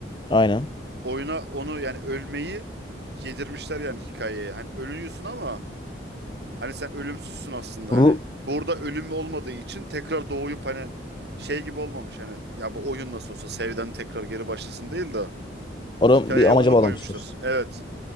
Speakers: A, on the left; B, on the right.
A: Aynen.
B: Oyuna onu yani ölmeyi yedirmişler yani hikayeye. Hani ölüyorsun ama Hani sen ölümsüzsün aslında
A: Ru
B: hani burada ölüm olmadığı için tekrar doğuyup hani şey gibi olmamış hani ya bu oyun nasıl olsa Save'den tekrar geri başlasın değil de
A: Oran
B: hikayeye
A: bir amaca
B: onu
A: bağlamıştır.
B: koymuştur. Evet.